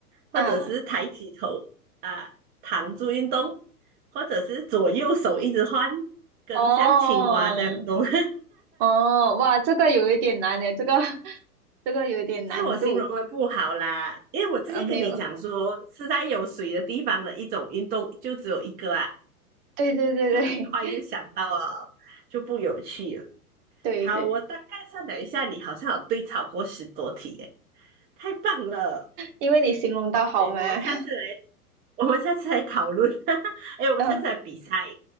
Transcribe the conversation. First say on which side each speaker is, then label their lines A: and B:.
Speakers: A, on the right; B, on the right.
A: 或者是抬起头。
B: 啊，
A: 躺住运动，或者是左右手一直换，跟像青蛙这样动。
B: 哦，
A: <laughs> 好，
B: 哦，哇，这个有一点难呢，这个 <laughs> 这个有点难度。
A: 是我形容的不好啦，因为我之前跟你讲说是在有水的地方的一种运动，
B: 呃，没有，
A: 就只有一个啊，
B: 对对对对
A: 就很快就想到了，
B: <laughs>
A: 就不有趣了。
B: 对对，
A: 好，我大概算了一下，你好像有对超过十多题耶，太棒了！
B: 因为你形容到好嘛。
A: 对，
B: <laughs>
A: 我们下次来。我们下次来讨论。<laughs> 哎我们下次来比赛，
B: 嗯，